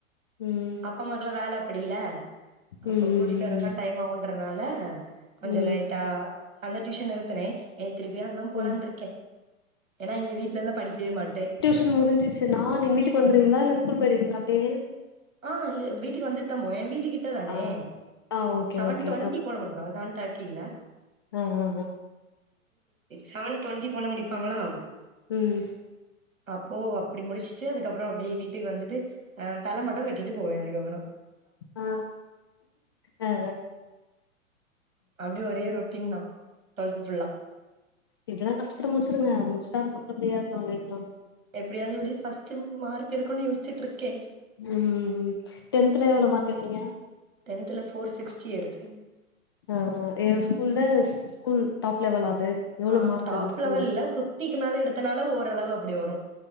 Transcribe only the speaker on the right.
அப் பா அம்மாக்கல்லா வேல அப்டி இல்ல அப்ப
கூட்டிட்டு வரலா
டைம் ஆவுன்றனால கொஞ்ச
லேட்டா அந்த டியூஷன் நிறுத்துனே எனக் திருப்பியு அதா போலான்ருக்கே
ஏன்னா இங்க வீட்ல இந்தா படிக்கவே மாட்டே
ஆ வீட்டுக்கு வந்துட் தா போவே வீட்டு கிட்ட தானே
செவன்
டொண்ட்டி போல முடிப்பாங்க செவன் தேட்டில
செவன் டொண்டி போல முடிப்பாங்ளா
அப்போ அப்டி முடிச்சுட்டு அதுக்கப்பறோ அப்டியே வீட்டுக்கு வந்துட்டு அ தலம ட்டு கட்டிட்டு போவே அதுக்கப்பறோ
அப்டி ஒரே ரொட்டீன் தா டுவெல்த் ஃபுல்லா
எப்டியாவது ஒரு ஃபஸ்ட்டு மார்க் எடுக்கணு யோசிச்சுட்ருக்கே
டென்த்துல ஃபோர் சிக்ஸ்டி எடுத்தே
ஆ
டாப்
லெவல் இல்ல ஃபிஃப்டிக்கு மேல எடுத்தனால ஓரளவு அப்படி வரு